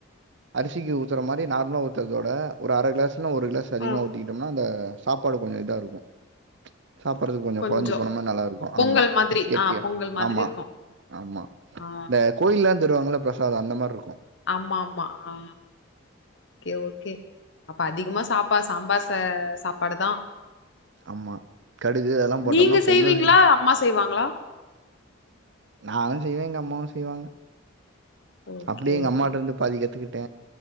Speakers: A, on the right (about 60°); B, on the left (about 60°).
A: அரிசிக்கு ஊத்துற மாரி நார்மலா ஊத்தறதோட ஒரு அர கிளாஸ் இன்னு ஒரு கிளாஸ் அதிகமா
B: ஆ
A: ஊத்திகிட்டம்னா அந்த சாப்பாடு கொஞ்சோ இதாருக்கு சாப்பட்றக்கு
B: கொஞ்சோ
A: கொளஞ்சு போனமார் நல்லாருக்கு
B: பொங்கல்
A: ஆமா
B: மாதிரி
A: கெட்டியா
B: ஆ பொங்கல் மாதிரி
A: ஆமா
B: இருக்கு
A: ஆமா
B: ஆ
A: இந்த கோயில்லாந் தருவாங்கல்ல பிரசாதோ அந்த மார்ருக்கு
B: ஆமா ஆமா ஆ ஓகே ஓகே அப்ப அதிகமா சாப்பா சாம்பாச சாப்பாடுதா
A: ஆமா. கடுகு அதெல்லாம் போட்டோம்னா
B: நீங்க
A: பொங்கல்
B: செய்வீங்களா அம்மா செய்வாங்களா
A: நானு ஜெய்வே எங்க அம்மாவு செய்வாங்க
B: ஓகே
A: அப்டியே எங்க
B: ஓகே
A: அம்மாட்ட இருந்து பாதிக் கத்துக் ட